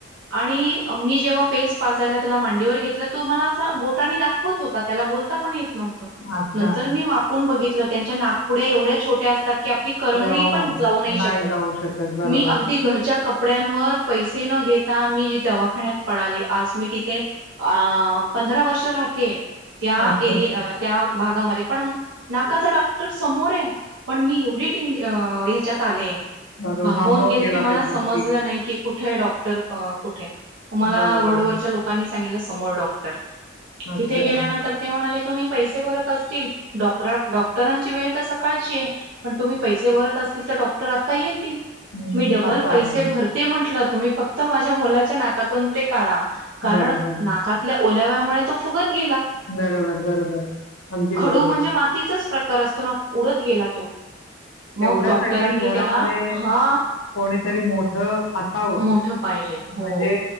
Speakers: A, on the right; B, on the left.
A: आणि मी जेव्हा पेज पाजायला त्याला मांडीवर घेतलं, तो मला असा बोटानी दाखवत होता त्याला बोलता पण येत. नव्हतं.
B: अच्छा.
A: नंतर मी वाकून बघितलं. त्यांच्या नाकपुड्या एवढ्या छोट्या असतात. की आपली करंगळी
B: ते हो.
A: पण जाऊ नायी शकत.
B: नाही जाऊ शकत. बरोबर.
A: मी अगदी घरच्या कप पड्यांवर पैसे न घेता मी दवाखान्यात पळाले, आज मी तिथे आ पंधरा वर्ष राहते त्या
B: अच्छा.
A: एरि त्या भागामध्ये पण नाकाचा डॉक्टर समोरे पण मी एवढी टेन ह्याच्यात आले.
B: बरोबर.
A: भांबवून
B: भांबावून
A: गेले
B: गेलात
A: की मला
B: एकदम
A: समजलं नाही की कुठंय डॉक्टर कुठे मला
B: बरोबर.
A: रोडवरच्या लोकांनी सांगितलं समोर डॉक्टर,
B: अच्छा.
A: तिथे गेल्यानंतर ते म्हणाले. तुम्ही पैसे भरत असतील, डॉकरा डॉक्टरांची वेळ तर सकाळची आहे, पण तुम्ही पैसे भरत अस. तील तर डॉक्टर आता येतील.
B: हं.
A: मी डबल
B: असं
A: पैसे
B: आहे.
A: भरते म्हटलं तुम्ही फक्त माझ्या मुलाच्या नाकातून ते काढा. कारण
B: बरोबर.
A: नाकातल्या ओल्याव्यामुळे तो फुगत गेला.
B: बरोबर बरोबर. अगदी
A: खडू
B: बरोबर
A: म्हणजे मातीचाच प्रकार असतो ना उडत गेला तो. मग
B: एवढ्यासाठीच
A: डॉक्टरांनी
B: घरामध्ये
A: त्याला हा
B: कोणीतरी मोठं असावं
A: मोठ पाहिजे हो
B: म्हणजे